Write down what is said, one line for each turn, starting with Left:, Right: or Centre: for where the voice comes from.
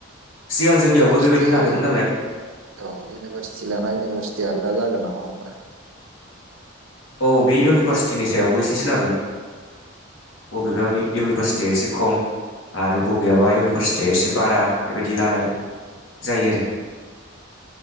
Left: सिगां जोंनियावबो
Right: इउनिभारसिटि
Left: बेबायदिनो लादोंमोन
Right: औ
Left: नालाय
Right: इउनिभारसिटि लाना इउनिभारसिटिया आलादा जागोन नाम <unintelligible>
Left: औ बे इउनिभारसिटिनि सायावबो एसे सोनारगोन
Right: औ
Left: बबेबा इउनिभारसिटिया एसे खम आरो बबेयबा इउनिभारसिटिया एसे बारा बेबायदि लानाय जायो आरो